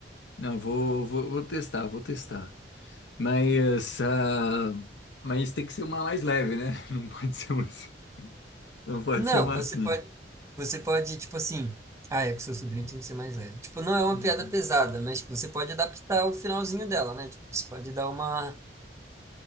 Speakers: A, on the left; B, on the right.
A: não, vou, vou, vou testar, vou testar. Mas, ah, mas tem que ser uma mais leve, né? <laughs> Não pode ser uma, assim- não pode
B: Não,
A: ser uma
B: você
A: assim.
B: pode, você pode, tipo assim. Ah, é que seu sobrinho tem que ser mais leve. Tipo, não é uma
A: Uhum.
B: piada pesada, mas tipo, você pode adaptar o finalzinho dela, né? Tipo, você pode dar uma